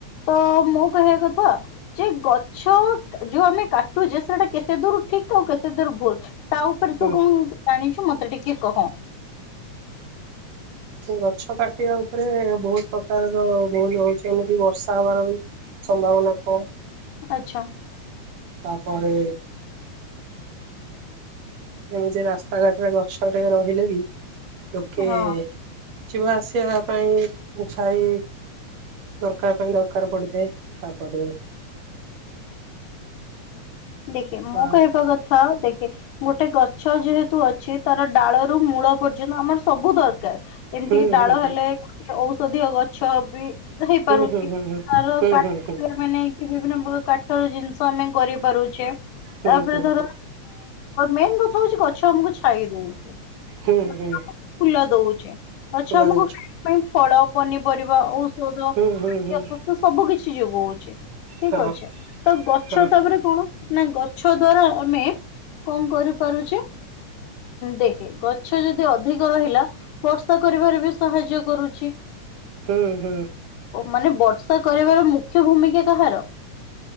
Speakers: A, on the left (about 85°); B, on the right (about 70°).
A: ତ ମୁଁ କହିବା କଥା ଯେ ଗଛ ଯୋଉ ଆମେ କାଟୁଛେ ସେଟା କେତେ ଦୂର ଠିକ ଆଉ କେତେ ଦୂର ଭୁଲ? ତା ଉପରେ
B: ହୁଁ
A: ତୁ କଣ ଜାଣିଛୁ ମତେ ଟିକେ କହ?
B: ଗଛ କାଟିବା ଉପରେ ବହୁତ ପ୍ରକାରର ଭୁଲ ହଉଛି ଏମିତି ବର୍ଷା ହବାର ବି ସମ୍ଭାବନା କମ୍
A: ଆଚ୍ଛା।
B: ତାପରେ ଆମେ ଯେ ରାସ୍ତାଘାଟରେ ଗଛଟେ ରହିଲେ ବି ଲୋକେ
A: ହଁ।
B: ଯିବା ଆସିବା ପାଇଁ ଛାଇ ଦରକାର ପାଇଁ ଦରକାର ପଡିଥାଏ ତାପରେ
A: ଦେଖେ ମୁଁ
B: ଆ
A: କହିବା କଥା ଦେଖେ ଗୋଟେ ଗଛ ଯେହେତୁ ଅଛି ତାର ଡାଳରୁ ମୂଳ ପର୍ଯ୍ୟନ୍ତ ଆମର ସବୁ ଦରକାର କାର ଏମିତିକି
B: ହୁଁ
A: ଡାଳ
B: ହୁଁ
A: ହେଲେ ଔଷଧୀୟ ଗଛ ବି ହେଇପାରୁଛି
B: ହୁଁ ହୁଁ
A: ତାର
B: ହୁଁ
A: କାଠ
B: ହୁଁ ହୁଁ
A: ଆମେ ନେଇକି ବିଭିନ୍ନ ପ୍ରକାର କାଠର ଜିନିଷ ଆମେ କରିପାରୁଚୁ। ତାପରେ
B: ହୁଁ ହୁଁ
A: ଧର ମେନ୍ କଥା ହଉଛି ଗଛ ଆମକୁ ଛାଇ ଦଉଛି।
B: ହୁଁଁ
A: ଗଛ
B: ହୁଁ।
A: ଆମକୁ ଫୁଲ ଦଉଛି ଗଛ
B: ଫୁଲ
A: ଆମକୁ
B: ଦଉଛି
A: ଖାଇବା ପାଇଁ ଫଳ ପନିପରିବା ଔଷଧ
B: ହୁଁ ହୁଁ ହୁଁ
A: ସବୁ କିଛି ଯୋଗଉଛି ଠିକ
B: ହଁ
A: ଅଛେ ତ ଗଛ
B: ହଁ
A: ତାପରେ କଣ ନା ଗଛ ଦ୍ଵାରା ଆମେ କଣ କରିପାରୁଛେ ଦେଖେ ଗଛ ଯଦି ଅଧିକ ରହିଲା ବର୍ଷା କରିବାରେ ବି ସାହାଯ୍ୟ କରୁଛି।
B: ହୁଁ ହୁଁ।
A: ମାନେ ବର୍ଷା କରବାର ମୁଖ୍ୟ ଭୂମିକା କାହାର